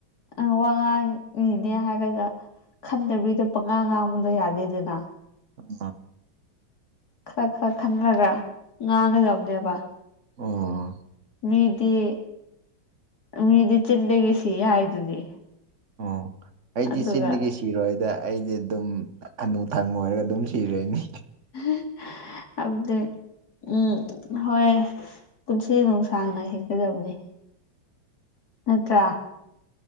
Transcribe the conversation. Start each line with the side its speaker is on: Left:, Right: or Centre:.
Left: ꯑ ꯋꯥ ꯉꯥꯡꯉꯤꯅꯦ ꯍꯥꯏꯔꯒ ꯈꯟꯗꯕꯤꯗꯥ ꯄꯉꯥ ꯉꯥꯡꯕꯗꯣ ꯌꯥꯗꯦꯗꯥꯅ
Right: <unintelligible>
Left: ꯈꯔ ꯈꯔ ꯈꯟꯔꯒ ꯉꯥꯡꯒꯗꯕꯅꯦꯕ
Right: ꯑꯣ
Left: ꯃꯤꯗꯤ ꯃꯤꯗꯤ ꯆꯤꯟꯗꯒꯤ ꯁꯤ ꯍꯥꯏꯗꯨꯗꯤ
Right: ꯑꯣ ꯑꯩꯗꯤ
Left: ꯑꯗꯨꯒ
Right: ꯆꯤꯟꯗꯒꯤ ꯁꯤ ꯁꯤꯔꯣꯏꯗ ꯑꯩꯗꯤ ꯑꯗꯨꯝ ꯍꯅꯨꯊꯪ ꯑꯣꯏꯔꯒ ꯑꯗꯨꯝ ꯁꯤꯔꯦꯅꯤ
Left: <unintelligible> ꯑꯝꯗꯤ ꯎꯝ ꯍꯣꯏ ꯄꯨꯟꯁꯤ ꯅꯨꯡ ꯁꯥꯡꯅ ꯍꯤꯡꯒꯗꯕꯅꯦ ꯅꯠꯇ꯭ꯔꯥ